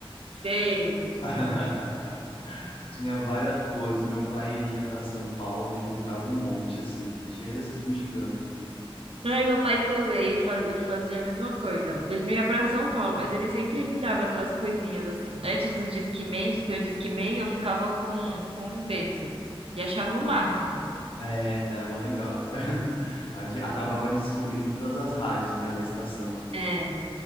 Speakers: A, on the right (about 80°); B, on the left (about 70°).
A: Sei.
B: <laughs> Tinha várias cores. Meu pai ele ia para São Paulo e comprava um monte assim, cheio dessas bugigangas.
A: Ai, meu pai também, eu faz- ele fazia a mesma coisa. Ele não ia pra São Paulo, mas ele sempre me dava essas coisinhas assim. Antes do Discman, de ter um Discman, eu ficava com, com um desse. E achava o máximo.
B: É, era mó legal. <laughs> A gente acabava descobrindo todas as rádios, né, da estação.
A: É.